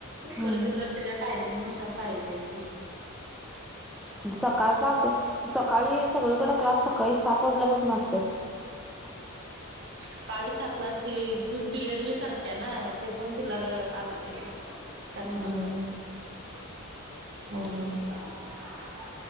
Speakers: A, in the centre; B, on the right (about 55°).
A: हम्म
B: खरेदीला त्याच्या टायमिंग नुसार पाहिजे त
A: सकाळचा अस सकाळी सगळीकडे क्लास सकाळी सात वाजल्यापासून असत.
B: सकाळी सात ला असते तू बीएड बी कर त्या ना ते पण तिला आलं पाहिजे त्यातनं
A: हम्म
B: हो <unintelligible>